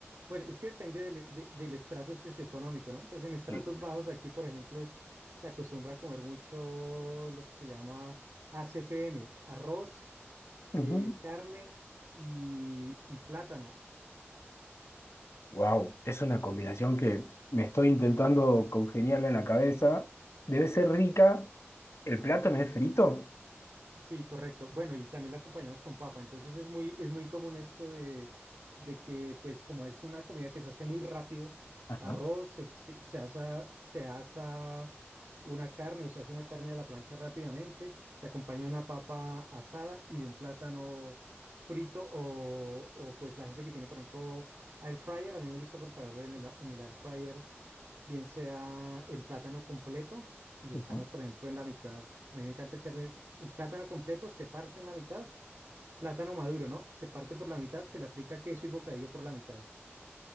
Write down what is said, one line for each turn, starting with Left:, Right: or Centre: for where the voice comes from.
Right: bueno, es que depende del, de- del estrato socioeconómico, ¿no? Entonces, en estratos
Left: Sí.
Right: bajos aquí, por ejemplo, es, se acostumbra a comer mucho lo que se llama ACPM, arroz, eh,
Left: Ujú.
Right: carne y, y plátano.
Left: Wow, es una combinación que me estoy intentando congeniarla en la cabeza. Debe ser rica. ¿El plátano es frito?
Right: Sí, correcto. Bueno, y también la acompañamos con papa. Entonces es muy, es muy común esto de, de que, pues, como es una comida que se hace muy rápido,
Left: Ajá.
Right: arroz, se, se, se asa, se asa una carne o se hace una carne de la plancha rápidamente, se acompaña de una papa asada y de un plátano frito o, o pues la gente que tiene, por ejemplo, air fryer. A mí me gusta prepararlo en el, a- en el air fryer bien sea el plátano completo y le
Left: ujú.
Right: echamos, por ejemplo, en la mitad. A mí me encanta echarle el plátano completo, se parte en la mitad, plátano maduro, ¿no? Se parte por la mitad, se le aplica queso y bocadillo por la mitad.